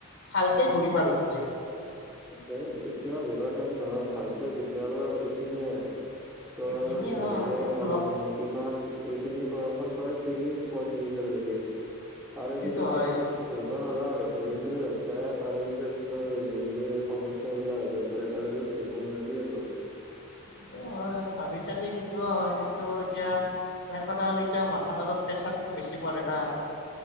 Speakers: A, on the left; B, in the centre.
A: ভালকে ঘূৰিম আৰু তেতিয়া
B: তেতিয়াও, তেতিয়াও ঘূৰা টাইম নহয়, ভালকে ঘূৰা টাইম এইখিনিয়ে ত
A: এইখিনি
B: ধৰি
A: হয়
B: লও, মনতনো
A: লগ
B: কিমান এইখিনি বয়সৰ পৰা, ত্ৰিশ পয়ত্ৰিশৰ লৈকে তাৰোৰে
A: সেইটো
B: পিছত
A: হয়।
B: আৰু তোক ঘুৰিব নোৱাৰা। ত ঘুৰিম বুলি ভাবছা, তাৰে পিছততো যে, সমস্যা বিলাক আহিব, ত তাৰে ঘূৰিব নোৱাৰিবি আৰু
A: সেইটো হয়, ভাবি চালি সেইটোও হয় কিন্তু এতিয়া মেন কথা হ'ল এতিয়া মাথাত অলপ প্ৰেছাৰটো বেছি পৰে না